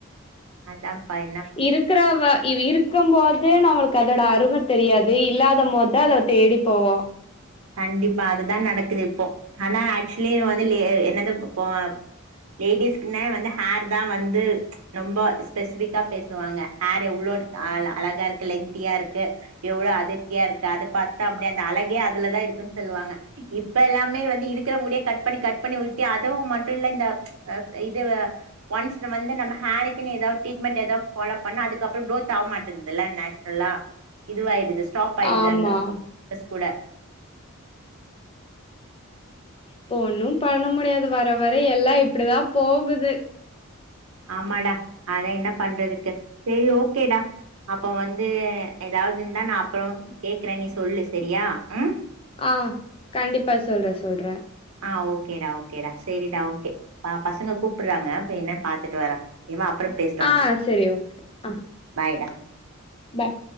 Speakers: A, on the right; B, on the left.
A: அதான் பயம
B: இருக்கறாவ இவ இருக்கு போது நம்மளுக்கு அதோட அரும தெரியாது இல்லாத மோதா அத தேடி போவோ
A: கண்டிப்பா அதுதா நடக்குது இப்போ ஆனா ஆக்சுவலி வந்து என்னது இப்போ லேடிஸ்க்குன்னே வந்து ஹேர் தான் வந்து ரொம்ப ஸ்பெசிஃபிக்கா பேசுவாங்க ஹேர் எவ்ளோ அ அழகா இருக்கு லெந்தியா இருக்கு எவ்வளவு அடைத்திய இருக்கு அத பாத்தா அப்டியே அந்த அழகே அதுலதா இருக்குன்னு சொல்லுவாங்க இப்ப எல்லாமே வந்து இருக்கிற முடியா கட் பண்ணி கட் பண்ணி விட்ட அதுவு மட்டு இல்ல இந்த அ இதவ ஒன்ஸ் நம் வந்து நம்ம ஹேருக்கு எதாவ் டரீட்மெண்ட் ஏதாவ் பாலோப் பண்ண அதுக்கப்றோ க்ரௌத் ஆவ மாட்டன்தில்ல எல்லா இது ஆயிடுது ஸ்டாப் ஆயடுது
B: ஆமா.
A: அந்த பஸ் கூட
B: போ ஒண்ணு பண்ண முடியாது வர வர எல்லா இப்டிதா போகுது
A: ஆமாடா அதா என்ன பண்றதுக்கு சரி ஓகேடா அப்ப வந்து ஏதாவ்து இருந்தா நான் அப்றோ கேக்குறே நீ சொல்லு சரியா ம்
B: ஆ கண்டிப்பா சொல்ற சொல்ற
A: ஆ ஓகேடா ஓகேடா சரிடா ஓகே பசங்க கூப்பறாங்க போய் என்னன்னு பாத்துட்டு வர கேவா அப்றம் பேசுறாங்க
B: ஆ
A: கிட்
B: சரி ஓகே ஆ
A: பாய் டா
B: பாய்